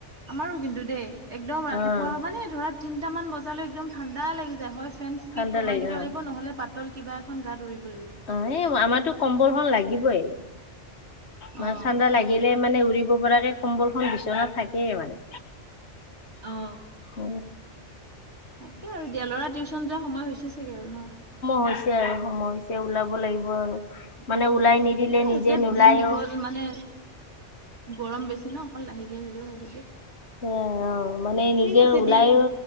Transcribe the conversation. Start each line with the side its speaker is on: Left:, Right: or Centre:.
Right: আমাৰো কিন্তু দেই একদম ৰাতিপুৱা
Left: অ
Right: মানে ধৰা তিনিট মান বজালৈ ছএকদম ঠাণ্ডা লাগি যায় হয় ফেন স্পীড
Left: ঠাণ্ডা
Right: কমাই
Left: লাগে
Right: দিব
Left: অ
Right: লাগিব নহ'লে পাতল কিবা। এখন গাত উৰিব লাগিব।
Left: অ এই আমাৰতো কম্বলখন লাগিবই। মানে
Right: অ
Left: ঠাণ্ডা
Right: তাকেইতো
Left: লাগিলে মানে উৰিব পৰাকে কম্বলখন বিচনাত থাকেই মানে।
Right: অ
Left: অ
Right: তাকে আৰু দিয়া ল'ৰা টিউচন যোৱা সময় হৈছে চাগে আৰু ন?
Left: হৈছে সময় হৈছে ওলাব লাগিব আৰু। মানে
Right: উম
Left: ওলাই
Right: তাকে
Left: নিদিলে
Right: এ
Left: নিজে
Right: যে
Left: নোলায়ো।
Right: দিন দীঘল মানে গৰম বেছি ন অকল লাহেকে আহিলেও হ'ব দিয়া
Left: এ অ মানে নিজে
Right: ঠিক আছে
Left: ওলাই
Right: দিয়া হ'ব
Left: ও